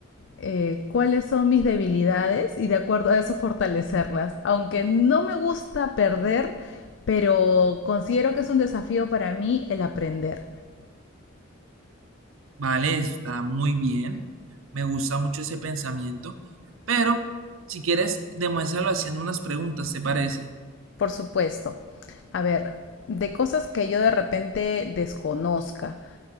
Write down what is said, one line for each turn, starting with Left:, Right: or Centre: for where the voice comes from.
Left: eh, cuáles son mis debilidades y de acuerdo a eso fortalecerlas. Aunque no me gusta perder, pero considero que es un desafío para mí el aprender.
Right: Vale, está muy bien. Me gusta mucho ese pensamiento. Pero, si quieres, demuéstralo haciendo unas preguntas, ¿te parece?
Left: Por supuesto. A ver, de cosas que yo de repente desconozca.